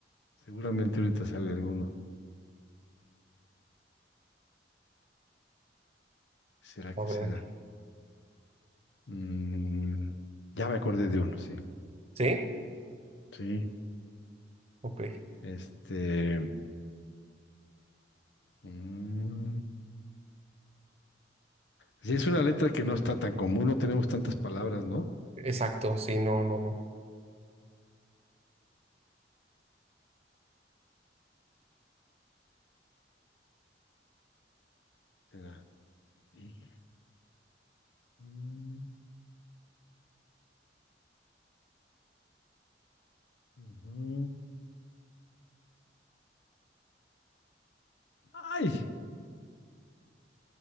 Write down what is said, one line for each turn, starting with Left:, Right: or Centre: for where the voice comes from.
Left: seguramente ahorita sale alguno. ¿Será
Right: A
Left: que
Right: ver.
Left: será? Mm, ya me acordé de uno, sí.
Right: ¿Sí?
Left: Sí.
Right: Ok.
Left: Este. mm, sí, es una letra que no está tan común, no tenemos tantas palabras, ¿no?
Right: Exacto, sí, no, no, no.
Left: ¿Será? Sí. Mm, ujú. ¡Ay!